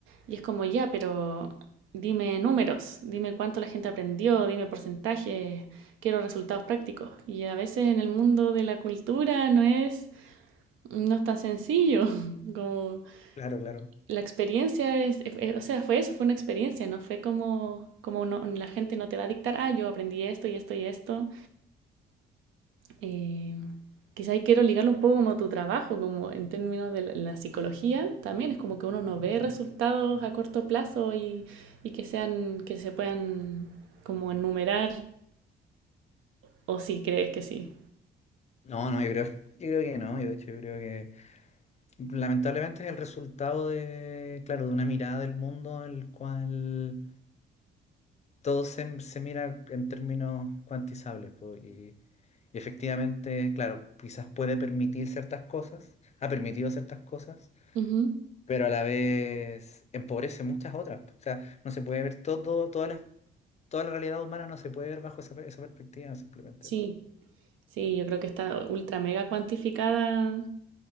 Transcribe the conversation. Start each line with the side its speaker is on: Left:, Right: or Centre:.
Right: Y es como ya, pero dime números, dime cuánto la gente aprendió, dime porcentajes, quiero resultados prácticos. Y a veces en el mundo de la cultura no es, no es tan sencillo <laughs> como
Left: Claro, claro.
Right: la experiencia es, eh, o sea, fue eso, fue una experiencia, no fue como, como no- la gente no te va a dictar, ah, yo aprendí esto y esto y esto. Eh, quizá ahí quiero ligarlo un poco como a tu trabajo, como en términos de la, la psicología, también es como que uno no ve resultados a corto plazo y, y que sean, que se puedan como enumerar, o si crees que sí.
Left: No, no, yo creo, yo creo que no. Yo de hecho yo creo que lamentablemente es el resultado de, claro, de una mirada del mundo en el cual todo se, se mira en términos cuantizables. po, y, y efectivamente, claro, quizás puede permitir ciertas cosas, ha permitido ciertas cosas
Right: Ujú,
Left: pero a la vez empobrece muchas otras. O sea, no se puede ver todo, todas las- toda la realidad humana no se puede ver bajo esa, per- esa perspectiva simplemente.
Right: Sí, sí, yo creo que está ultra mega cuantificada